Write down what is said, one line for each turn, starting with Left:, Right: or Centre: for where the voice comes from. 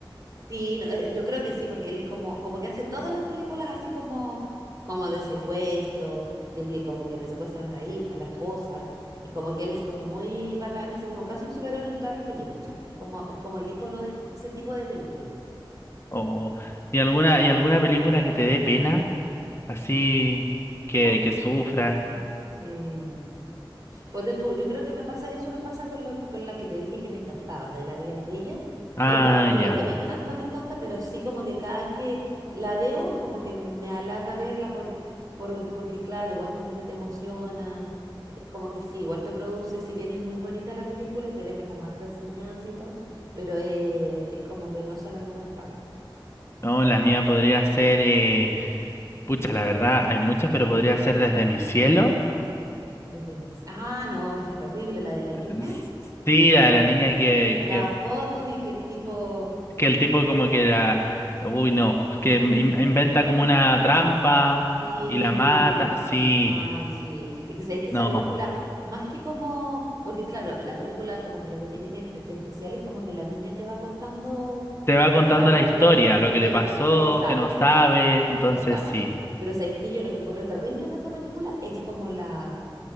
Right: Sí, no, eh, yo creo que sí, porque él es como, como que hace todas las películas así como, como de secuestro, de que como que le secuestran a la hija, a la esposa, y como que él es como muy bacán, así como casi un superhéroe en todas las películas. Es como, es como el icono de, de ese tipo de películas.
Left: O, y alguna, y alguna película que te dé pena. Así que,
Right: Pon-
Left: que sufra.
Right: Ujú. Em, Ponte tú, yo creo que me pasa eso, me pasa con, lo- con la que te dije que me encantaba, de La Vida es Bella.
Left: Ah,
Right: Es una película
Left: ya.
Right: que me encanta, me encanta, pero sí como que cada vez que la veo, como que me alata verla por, por, porque claro, igual como que te emociona, eh, como que sí, igual te produce, si bien es muy bonita la película y te deja como harta enseñanza y todo, pero eh, es como penosa en algunas partes.
Left: No, la mía podría ser, eh, pucha, la verdad, hay muchas, pero podría ser desde mi cielo.
Right: Desde mis... Ah, no, esta es terrible, la de la niña
Left: S- Sí, la de la niña que,
Right: que sacaba
Left: que,
Right: fotos y que el tipo...
Left: que el tipo como que la, uy, no, que in- inventa como una trampa
Right: Sí,
Left: y la mata, sí,
Right: Ay, sí. Y que sabéis que esa
Left: no.
Right: película, más que como, porque claro, la película como que lo que tiene que espe- de especial es como que la niña te va contando
Left: Te va contando
Right: como,
Left: la historia, lo
Right: como-
Left: que
Right: eh,
Left: le pasó,
Right: eh, exacto,
Left: que no sabe, entonces
Right: exacto.
Left: sí.
Right: Pero sabéis que yo lo que encuentro terrible en esa película es como la,